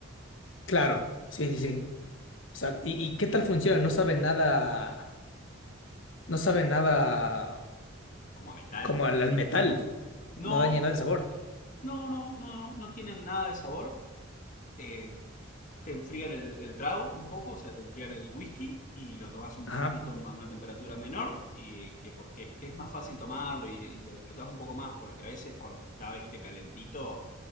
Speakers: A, on the left (about 70°); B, on the left (about 40°).
A: claro, sí, sí, sí. O sea, ¿y, y qué tal funciona? No sabe nada, no sabe nada
B: Como a metal.
A: como al, al metal,
B: No,
A: no daña nada el sabor.
B: no, no, no, no, no tienen nada de sabor. eh, te enfrían el, el trago un poco, o sea, te enfrían el whisky y lo tomas un
A: Ajá,
B: poquitito a una temperatura menor y que porque que es más fácil tomarlo y, y lo disfrutás un poco más porque a veces cuando está este calentito,